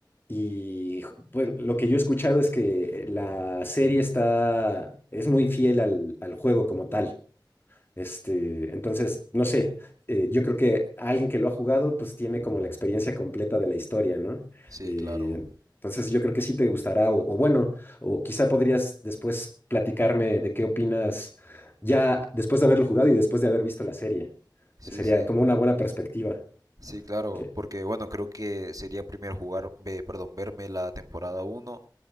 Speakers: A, on the left; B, on the right.
A: Y pues lo que yo he escuchado es que eh, la serie está, es muy fiel al, al juego como tal. Este, entonces, no sé, eh, yo creo que alguien que lo ha jugado, pues tiene como la experiencia completa de la historia, ¿no?
B: Sí,
A: Eh,
B: claro.
A: entonces, yo creo que sí te gustará, o, o bueno, o quizá podrías después platicarme de qué opinas ya después de haberlo jugado y después de haber visto la serie.
B: Sí,
A: Sería
B: sí.
A: como una buena perspectiva.
B: Sí, claro,
A: eh,
B: porque bueno, creo que sería primero jugar, ve, perdón, verme la temporada uno